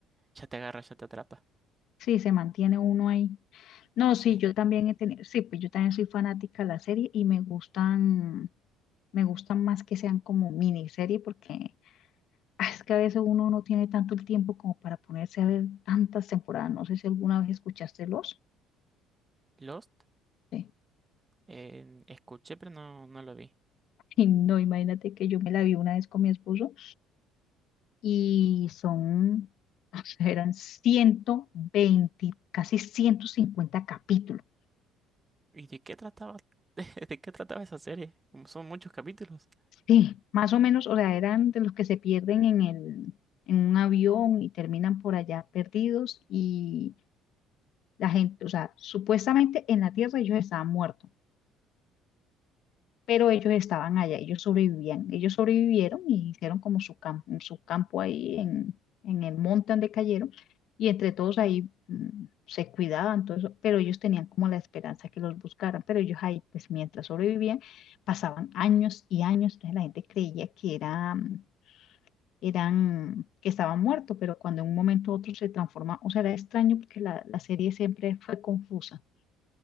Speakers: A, on the right (about 15°); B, on the left (about 60°).
A: ya te agarra, ya te atrapa.
B: Sí, se mantiene uno ahí. No,
A: Sí.
B: sí, yo también he tenido, sí, pues yo también soy fanática de la serie y me gustan, me gustan más que sean como miniserie porque ah, es que a veces uno no tiene tanto el tiempo como para ponerse a ver tantas temporadas. No sé si alguna vez escuchaste Los.
A: Lost,
B: Sí.
A: eh, escuché, pero no, no lo vi.
B: <laughs> Y no, imagínate que yo me la vi una vez con mi esposo y son, o sea, eran 120, casi 150 capítulos.
A: ¿Y de qué trataba? <laughs> ¿De qué trataba esa serie? Como Son muchos capítulos.
B: Sí, más o menos, o sea, eran de los que se pierden en el, en un avión y terminan por allá perdidos y la gente, o sea, supuestamente en la Tierra ellos estaban muertos, pero ellos estaban allá, ellos sobrevivían, ellos sobrevivieron y hicieron como su campo, su campo ahí en, en el monte donde cayeron y entre todos ahí mm, se cuidaban, todo eso, pero ellos tenían como la esperanza que los buscaran, pero ellos ahí pues mientras sobrevivían pasaban años y años, entonces la gente creía que era, mm, eran, que estaban muertos, pero cuando en un momento u otro se transforma, o sea, era extraño porque la, la serie siempre fue confusa.